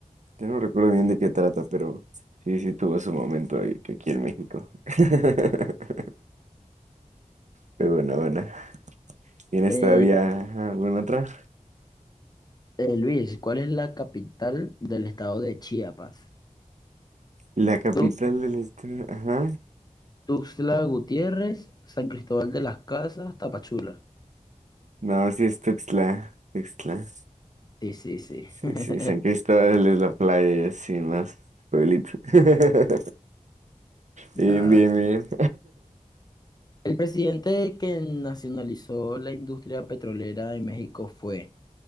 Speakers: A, on the right; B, on the left.
A: Yo no recuerdo bien de qué trata, pero sí, sí tuvo su momento ahí- aquí en México. <laughs> Pero bueno, bueno. ¿Tienes
B: Eh,
A: todavía alguna otra?
B: eh, Luis, ¿cuál es la capital del estado de Chiapas?
A: La capital
B: Tu-
A: del estado. Ajá.
B: Tuxtla Gutiérrez, San Cristóbal de las Casas, Tapachula.
A: No, sí es Tuxtla, Tuxtla.
B: Sí, sí, sí.
A: Sí,
B: <laughs>
A: sí, San Cristóbal es la playa y así más pueblito. <laughs>
B: Ya.
A: Bien, bien, bien.
B: El presidente que nacionalizó la industria petrolera en México fue